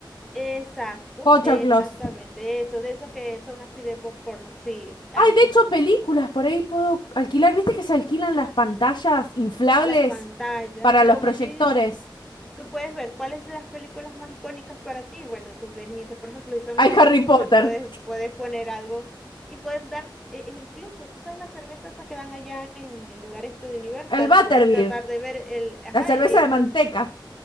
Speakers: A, in the centre; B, on the left.
A: exacto,
B: Pochoclos.
A: exactamente eso, de esos que son así de popcorn, sí, así.
B: Ay, de hecho, películas, por ahí puedo alquilar. ¿Viste que se alquilan las pantallas inflables
A: Las pantallas,
B: para
A: y
B: los
A: como
B: proyectores?
A: a ti, tú puedes ver cuáles son las películas más icónicas para ti. Bueno, tú vienes y dices, por ejemplo, si son
B: Hay
A: las de Harry
B: Harry Potter,
A: Potter, puedes, puedes poner algo y puedes dar, e- e incluso, tú sabes, las cervezas esas que dan allá en el lugar este de Universal,
B: el Butterbeer,
A: puedes tratar de ver el, ajá,
B: la cerveza
A: eh, entonces
B: de manteca.